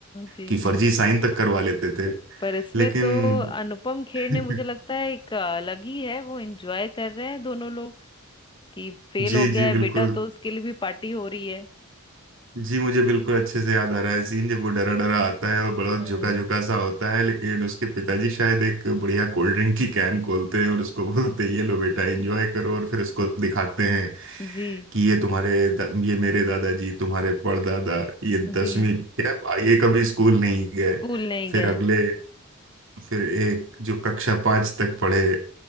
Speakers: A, on the left; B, on the right.
A: जी
B: कि फर्जी
A: जी
B: साइन तक करवा लेते थे
A: पर इसमें
B: लेकिन
A: तो अनुपम
B: <laughs>
A: खेर ने मुझे लगता है एक अलग ही है वो एंजॉय कर रहे हैं दोनों लोग कि फेल
B: जी
A: हो गया
B: जी
A: है
B: बिल्कुल
A: बेटा तो उसके लिए भी पार्टी हो रही है
B: जी मुझे बिल्कुल अच्छे से याद आ रहा है सीन जब वो डरा डरा आता है और बड़ा झुका
A: हम्म
B: झुका सा होता है लेकिन उसके पिताजी शायद एक बढ़िया कोल्ड ड्रिंक की कैन खोलते हैं और उसको <laughs> बोलते हैं ये लो बेटा एंजॉय करो और फिर उसको दिखाते हैं
A: जी
B: कि ये तुम्हारे दा- ये मेरे दादाजी तुम्हारे परदादा ये दसवीं
A: जी
B: क्या ये कभी स्कूल नहीं गए
A: स्कूल नहीं
B: फिर
A: गए
B: अगले फिर एक जो कक्षा पांच तक पढ़े